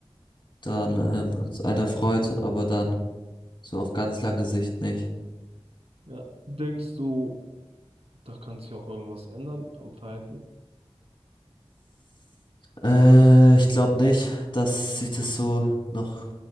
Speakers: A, on the left; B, on the right.
A: dann ähm, es einen erfreut, aber dann so auf ganz lange Sicht nicht.
B: Ja, denkst du, da kann sich auch irgendwas ändern am Verhalten?
A: Äh, ich glaube nicht, dass sich das so noch